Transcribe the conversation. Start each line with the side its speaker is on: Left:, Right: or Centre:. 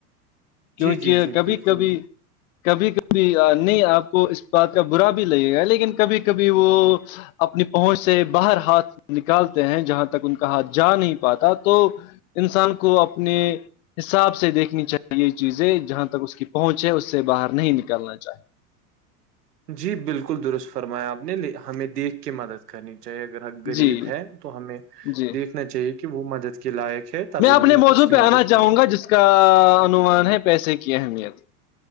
Left: کیونکہ
Right: جی جی جی
Left: کبھی
Right: بالکل
Left: کبھی کبھی کبھی نہیں آپ کو اس بات کا برا بھی لگے گا لیکن کبھی کبھی وہ اپنی پہنچ سے باہر ہاتھ نکالتے ہیں جہاں تک ان کا ہاتھ جا نہیں پاتا تو انسان کو اپنے حساب سے دیکھنی چاہیے چیزیں جہاں تک اس کی پہنچ ہے اس سے باہر نہیں نکلنا چاہیے
Right: جی بالکل درست فرمایا آپ نےے ہمیں دیکھ کے مدد کرنی چاہ اگر
Left: چاہیے
Right: غریب
Left: جی
Right: ہے تو ہمیں
Left: جی
Right: دیکھنا چاہیے کہ وہ مدد کے لائق ہے تبھی
Left: میں اپنے
Right: ہمیں اس
Left: موضوع
Right: کی
Left: پہ
Right: مدد
Left: آنا
Right: کرنی
Left: چاہوں گا جس کا انومان ہے پیسے کی اہمیت